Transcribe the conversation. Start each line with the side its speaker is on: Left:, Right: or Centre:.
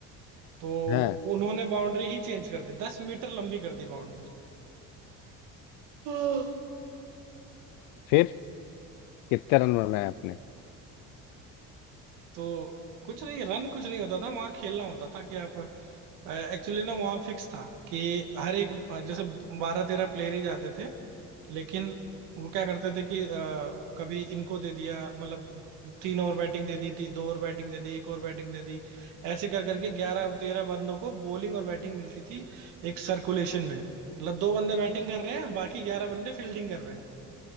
Right: तो
Left: हैं
Right: उन्होंने बाउंड्री ही चेंज कर दी दस मीटर लंबी कर दी बाउंड्री हाँ, <gasps>
Left: फिर कितने रन बनाए आपने
Right: तो कुछ नहीं रन कुछ नहीं होता था वहां खेलना होता था कि आप एक्चुअली ना वहां फिक्स था कि हर एक अ, जैसे बारह तेरह प्लेयर ही जाते थे लेकिन वो क्या करते थे कि अ, कभी इनको दे दिया मतलब तीन ओवर बैटिंग दे दी थी दो ओवर बैटिंग दे दी एक ओवर बैटिंग दे दी ऐसे कर करके ग्यारह तेरह बंदों को बॉलिंग और बैटिंग मिलती थी एक सर्कुलेशन में मतलब दो बंदे बैटिंग कर रहे हैं बाकी ग्यारह बंदे फील्डिंग कर रहे हैं